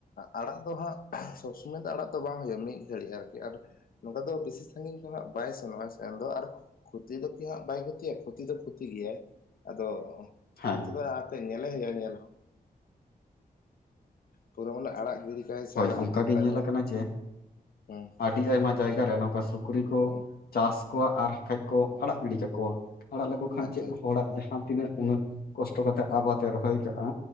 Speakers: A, on the left; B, on the left.
A: ᱟᱲᱟᱜ ᱫᱚ ᱦᱟᱜ ᱥᱚᱵᱽ ᱥᱚᱢᱚᱭ ᱫᱚ ᱟᱲᱟᱜ ᱫᱚ ᱵᱟᱝ ᱦᱩᱭᱩᱜ-ᱟ ᱢᱤᱫ ᱜᱷᱟᱲᱤᱡ ᱟᱨᱠᱤ ᱟᱨ ᱱᱚᱝᱠᱟ ᱫᱚ ᱵᱮᱥᱤ ᱥᱟᱜᱤᱧ ᱫᱚ ᱦᱟᱜ ᱵᱟᱭ ᱥᱮᱱᱚᱜ-ᱟ ᱥᱮᱱ ᱫᱚ ᱟᱨ ᱠᱷᱚᱛᱤ ᱫᱚ ᱠᱤ ᱦᱟᱜ ᱵᱟᱭ ᱠᱷᱚᱛᱤᱭᱟ ᱠᱷᱚᱛᱤ ᱫᱚ ᱠᱷᱚᱛᱤ ᱜᱮᱭᱟᱭ ᱟᱫᱚ
B: ᱦᱮᱸ
A: ᱚᱱᱛᱮ ᱫᱚ ᱧᱮᱞᱮ ᱦᱳᱭᱳᱜ-ᱟ ᱧᱮᱞ ᱦᱚᱸ ᱯᱩᱨᱟᱹ ᱢᱟᱱᱮ ᱟᱲᱟᱜ ᱜᱤᱰᱤ ᱠᱟᱭ ᱥᱮ
B: ᱦᱳᱭ
A: ᱟᱲᱟᱜ
B: ᱚᱱᱠᱟ
A: ᱩᱛᱟᱹᱨ
B: ᱜᱮ
A: ᱠᱟᱭ
B: ᱧᱮᱞ
A: ᱫᱚ
B: ᱟᱠᱟᱱᱟ ᱡᱮ
A: ᱦᱩᱸ
B: ᱟᱹᱰᱤ ᱟᱭᱢᱟ ᱡᱟᱭᱜᱟ ᱨᱮ ᱱᱚᱝᱠᱟ ᱥᱩ ᱛᱩᱲᱤ ᱠᱚ
A: ᱦᱩᱸ
B: ᱪᱟᱥ ᱠᱚᱣᱟ ᱟᱨ ᱠᱷᱟᱡ ᱠᱚ ᱟᱲᱟᱜ ᱜᱤᱰᱤ ᱠᱟᱠᱚᱣᱟ᱾ ᱟᱲᱟᱜ ᱞᱮᱠᱚ ᱠᱷᱟᱱ
A: ᱟᱪᱪᱷᱟ
B: ᱪᱮᱫ ᱦᱚᱲᱟᱜ ᱡᱟᱦᱟᱸ ᱛᱤᱱᱟᱹᱜ ᱩᱱᱟᱹᱜ ᱠᱚᱥᱴᱚ ᱠᱟᱛᱮ ᱟᱵᱟᱫ ᱮ ᱨᱚᱦᱚᱭ ᱠᱟᱜᱼᱟ